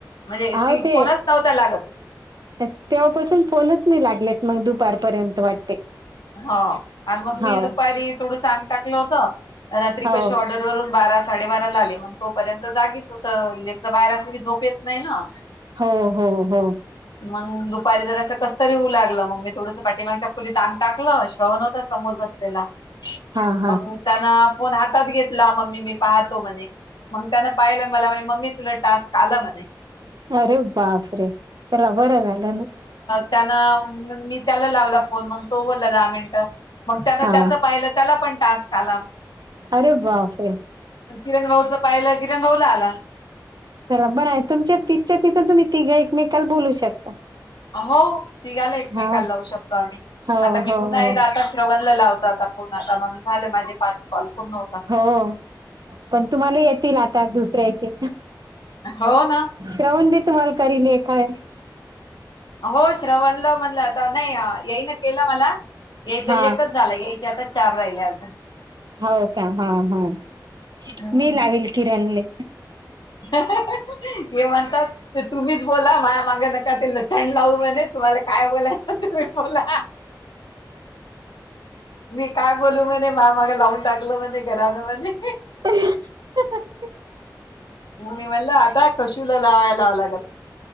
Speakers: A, on the left; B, on the right.
A: म्हणजे
B: हाव
A: ती
B: ते
A: फोनच नव्हता लागत.
B: तेव्हापासून फोनच नाही लागलेत मग दुपारपर्यंत वाटते.
A: हो आणि मग
B: हाव
A: मी दुपारी थोडं सांग टाकलं होत रात्री
B: हो
A: कशी ऑर्डरवरून.. बारा साडेबाराला आले मग तोपर्यंत जागीच होते. एक तर बाहेर असले की झोप येत नाही ना.
B: हो हो हो.
A: मग दुपारी जर असं कस तरी होऊ लागलं. मग मी थोडस पाठीमागच्या खोलीत आंग टाकलं, श्रवण होता समोर बसलेला.
B: हा हा
A: मग मी त्यान फोन हातात घेतला. मम्मी मी पाहतो म्हणे. मग त्यान पाहिलं, मला म्हण मम्मी तुला टास्क आला म्हणे.
B: अरे बापरे! चला बरं झालं ना.
A: त्यान, म मी त्याला लावला फोन म. तो बोललं दहा मिनटं. मग त्यान
B: हा
A: त्याचं पाहिलं त्याला पण टास्क आला.
B: अरे बाप रे!
A: किरण भाऊचं पाहिलं, किरण भाऊला आला.
B: चला बरं आहे. तुमच्या तिथच्या तिथं तुम्ही तिघ एकमेकाल बोलू शकता.
A: हो तिघाला एकमेकाल
B: हा
A: लावू शकतो आम्ही.
B: हो
A: आता मी
B: हो
A: पुन्हा
B: हो
A: एकदा आता श श्रवणला लावता आता फोन. आता मग झाले माझे पाच कॉल पूर्ण होतात.
B: हो पण तुम्हाला येतील आता दुसऱ्यायचे.
A: हो ना.
B: श्रवण बी तुमाला करील ए काय
A: हो श्रवणल म्हणलं आता. नाही आ यायने केलं मला. यायच
B: हा
A: एकच झाला. यायच्या आता चार राहिले अजून.
B: हो का? हं हं.
A: अजून.
B: मी लावील किरणले.
A: हे म्हणतात ते तुम्हीच बोला. माह्या माग नका ते लचंड लावू म्हणे. तुम्हाला काय बोलायचं तुम्ही बोला. मी काय बोलू म्हणे, माया माग लावून टाकलं म्हणे, घरान म्हणे.
B: <unintelligible>
A: मी म्हणल आता कशुला लावायला लावा लागल.